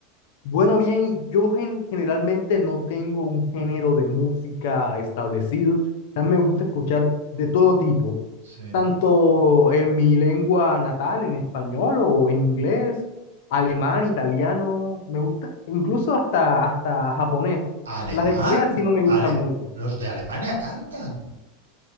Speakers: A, on the left (about 55°); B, on the right (about 75°).
A: Bueno, bien, yo gen- generalmente no tengo un género de música establecido. También me gusta escuchar de todo tipo,
B: Sí,
A: tanto
B: ¿no?
A: en mi lengua natal, en español o en inglés, alemán, italiano, me gusta, incluso hasta, hasta japonés.
B: Alemán,
A: Las de Corea sí no me gustan
B: Ale-
A: mucho.
B: los de Alemania cantan.